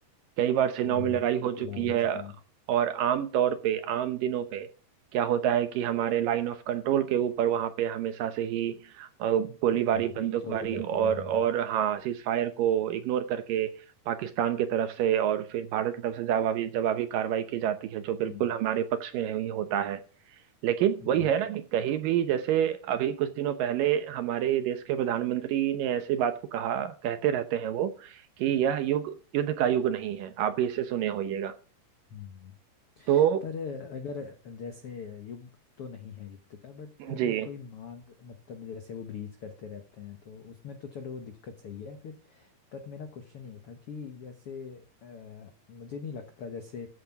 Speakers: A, on the right (about 70°); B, on the left (about 80°).
A: कई बार सेनाओं
B: हम्म
A: में लड़ाई हो
B: काफी
A: चुकी
B: बार हो
A: है
B: चुका है
A: और आम तौर पे आम दिनों पे क्या होता है कि हमारे लाइन ऑफ कंट्रोल के ऊपर वहां पे हमेशा से ही अ, गोलीबारी
B: ब्रीच
A: बंदूकबारी
B: होते रहते
A: और
B: हैं हम्म
A: और हाँ सीज फायर को इग्नोर करके पाकिस्तान की तरफ से और फिर भारत की तरफ से जवाबी जवाबी कार्रवाई की जाती है जो
B: हम्म
A: बिल्कुल हमारे पक्ष में ही होता है लेकिन
B: हम्म,
A: वही है ना कि कहीं भी जैसे अभी कुछ दिनों पहले हमारे देश के प्रधानमंत्री ने ऐसी बात को कहा कहते रहते हैं वो कि यह युग युद्ध का युग नहीं है आप भी इसे सुने होइएगा
B: हम्म।
A: तो
B: पर अगर जैसे युग तो नहीं है युद्ध का बट अगर
A: जी
B: कोई मांग मतलब जैसे वो ब्रीज करते रहते हैं तो उसमें तो चलो वो दिक्कत सही है फिर पर मेरा क्वेश्चन ये था कि जैसे अ, मुझे नहीं लगता जैसे